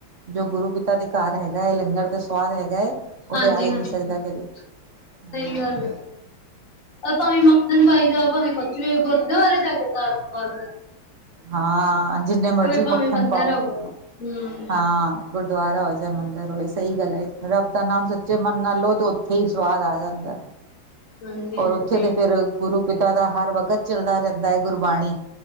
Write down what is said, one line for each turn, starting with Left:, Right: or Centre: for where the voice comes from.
Right: ਜੋ ਗੁਰੂ ਪਿਤਾ ਦੇ ਘਰ ਹੈਗਾ ਹੈ। ਲੰਗਰ ਦਾ ਸੁਵਾਦ ਹੈਗਾ ਹੈ। ਉਹ
Left: ਹਾਂਜੀ
Right: ਤੇ ਆ ਹੀ
Left: ਹਾਂਜੀ
Right: ਨਹੀਂ ਸਕਦਾ ਕਦੀ।
Left: ਸਹੀ
Right: ਹਾਂ,
Left: ਗੱਲ ਆ ਭਾਵੇਂ ਮੱਖਣ ਪਾਈ ਜਾਓ ਭਾਵੇਂ ਕੁਛ ਵੀ ਗੁਰੂਦਵਾਰੇ ਬਾਰੇ ਜਾ ਕੇ ਤਾਂ ਗੱਲ
Right: ਹਾਂ ਜਿੰਨੇ ਮਰਜ਼ੀ
Left: ਭਾਵੇਂ
Right: ਮੱਖਣ
Left: ਮੰਦਿਰ
Right: ਪਾਓ
Left: ਹੋਵੇ
Right: ਹਾਂ,
Left: ਹੂੰ
Right: ਹਾਂ। ਗੁਰਦੁਆਰਾ ਹੋ ਚੇ ਮੰਦਿਰ ਹੋਏ ਸਹੀ ਗੱਲ ਹੈ ਰੱਬ ਦਾ ਨਾਮ ਸੱਚੇ ਮਨ ਨਾਲ ਲਓ ਤੇ ਉੱਥੇ ਹੀ ਸਵਾਦ ਆ ਜਾਂਦਾ।
Left: ਹਾਂਜੀ
Right: ਔਰ
Left: ਹਾਂਜੀ
Right: ਉੱਥੇ ਤੇ ਫਿਰ ਗੁਰੂ ਪਿਤਾ ਦਾ ਹਰ ਵਕਤ ਚੱਲਦਾ ਰਹਿੰਦਾ ਹੈ ਗੁਰਬਾਣੀ